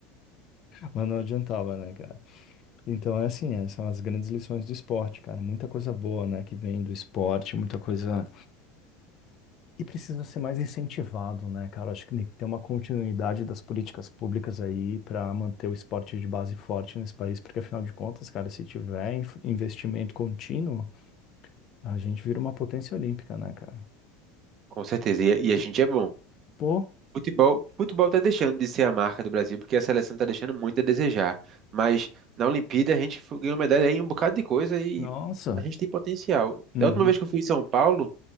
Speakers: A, on the left; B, on the right.
A: Mas não adiantava, né, cara? Então é assim, é, são as grandes lições do esporte, cara. Muita coisa boa, né, que vem do esporte, muita coisa. E precisa ser mais incentivado, né, cara? Acho que tem que ter uma continuidade das políticas públicas aí para manter o esporte de base forte nesse país, porque afinal de contas, cara, se tiver inf- investimento contínuo, a gente vira uma potência olímpica, né, cara?
B: Com certeza. E, a e a gente é bom.
A: Pô,
B: Futebol, futebol tá deixando de ser a marca do Brasil, porque a seleção tá deixando muito a desejar. Mas na Olimpíada a gente fo- ganhou medalha aí em um bocado de coisa e
A: nossa.
B: a gente tem potencial.
A: Uhum.
B: Da última vez que eu fui em São Paulo,